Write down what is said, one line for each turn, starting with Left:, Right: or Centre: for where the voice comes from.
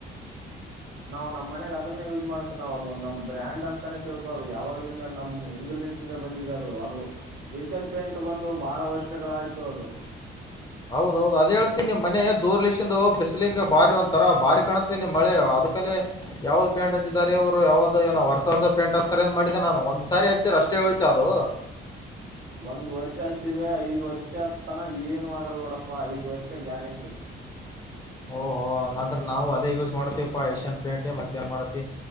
Right: <inaudible> ನಾವ್ ನಮ್ಮ ಮನೆಗ ಅದನ್ನ ಯೂಸ್ ಮಾಡ್ತವಿ ನಾವ್ ಅದು ನಮ್ ಬ್ರ್ಯಾಂಡ್ ಅಂತಾನೇ ತಿಳ್ಕೋದು ಯಾವ್ಲಿಂದ ನಮ್ ಬಂದಿದೆ ಅದು ಅದು ಏಷ್ಯನ್ ಪೇಂಟ್ ಬಂದು ಬಹಳ ವರ್ಷಗಳಾಯ್ತು ಅದು
Left: ಹೌದೌದು ಅದೇ ಹೇಳ್ತೀನಿ ಮನೆ ದೂರ್ಲಷಂದು ಬಿಸಲಿಗೆ ಬಾರಿ ಒಂತರ ಬಾರಿ ಕಾಣತ ನಿಮ್ಮ್ ಮಳೆ ಅದಕಲೆ ಯಾವ್ದ್ ಪೇಂಟ್ ಹಚ್ಚಿದಿದ್ದಾರೆ ಇವರು ಯಾವ್ದ ಏನ್ ಹೊಸ ಹೊಸ ಪೇಂಟ್ ಹಚ್ತಾರೆ ಅಂತ ಮಾಡಿದೆ ನಾನು ಒಂದ್ ಸಾರಿ ಹಚ್ಚಿರಷ್ಟ ಅಷ್ಟೇ <unintelligible> ಅದು
Right: <inaudible> ಒಂದ್ ವರ್ಷ ಹಚ್ಚಿದ್ರೆ ಐದ್ ವರ್ಷ ತನ ಏನು ಆಗಲ್ಲ ನೋಡಪ್ಪಾ ಐದ ವರ್ಷ ಗ್ಯಾರಂಟಿ
Left: ಓಹೋ ಹಂಗಂದ್ರ ನಾವು ಅದೇ ಯೂಸ್ ಮಾಡತಿಪಾ ಏಷ್ಯನ್ ಪೇಂಟ್ ಮತ್ತ ಏನ್ ಮಾಡತಿ